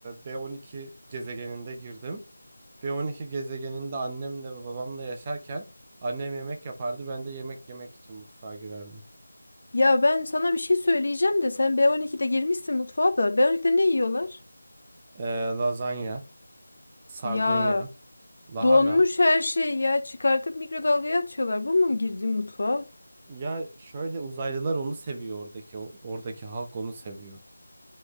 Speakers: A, on the right; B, on the left.
A: B12 gezegeninde girdim. B12 gezegeninde annemle ve babamla yaşarken annem yemek yapardı. Ben de yemek yemek için mutfağa girerdim.
B: Ya ben sana bir şey söyleyeceğim de sen B12'de girmişsin mutfağa da. B12'de ne yiyorlar?
A: Ee, lazanya, sardunya,
B: Ya
A: lahana.
B: donmuş her şey ya çıkartıp mikrodalgaya atıyorlar. Bu mu girdiğin mutfağa?
A: Ya şöyle uzaylılar onu seviyor oradaki o- oradaki halk onu seviyor.